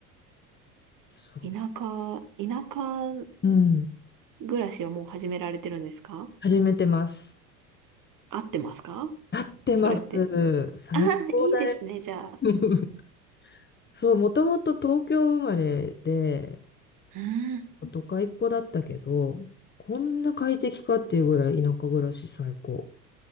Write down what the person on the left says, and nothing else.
そ
う。うん。
始めてます。
合ってます。
最高だよ。
<laughs> そう、もともと東京生まれで、
都会っ子だったけど、こんな快適かっていうぐらい田舎暮らし最高。